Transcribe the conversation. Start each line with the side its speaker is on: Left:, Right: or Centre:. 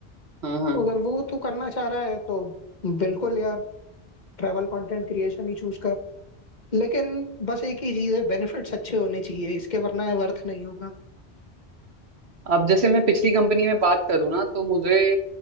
Right: हाँ हाँ
Left: तो अगर वो तू करना चाह रहा है तो बिल्कुल यार ट्रैवल कंटेंट क्रिएशन ही चूज कर लेकिन बस एक ही चीज है बेनिफिट्स अच्छे होने चाहिए इसके वरना वर्थ नहीं होगा
Right: अब जैसे मैं पिछली कंपनी में बात करूँ ना तो मुझे